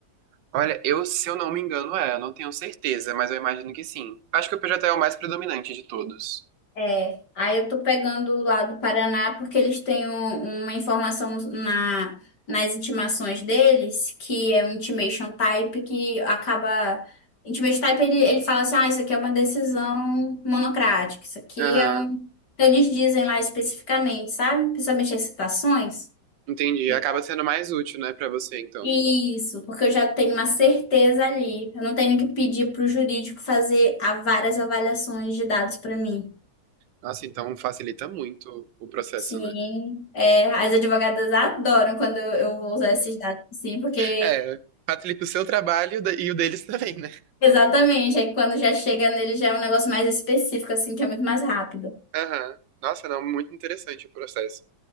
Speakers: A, on the right; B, on the left.
A: Olha, eu, se eu não me engano, é, eu não tenho certeza, mas eu imagino que sim. Acho que o PJ é o mais predominante de todos.
B: É, aí eu tô pegando lá do Paraná porque eles têm um- uma informação na, nas intimações deles, que é um intimation type que acaba. Intimation type ele, ele fala assim: ah, isso aqui é uma decisão monocrática, isso aqui
A: Aham,
B: é um. Então eles dizem lá especificamente, sabe? Principalmente as citações.
A: entendi.
B: E-
A: Acaba sendo mais útil, né, pra você, então.
B: Isso, porque eu já tenho uma certeza ali. Eu não tenho que pedir para o jurídico fazer a várias avaliações de dados para mim.
A: Nossa, então facilita muito o processo,
B: Sim,
A: né?
B: é, as advogadas adoram quando eu eu vou usar esses dados, sim, porque
A: É, facilita o seu trabalho da- e o deles também, né?
B: exatamente, é que quando já chega nele já é um negócio mais específico, assim, que é muito mais rápido.
A: Aham. Nossa, não, muito interessante o processo.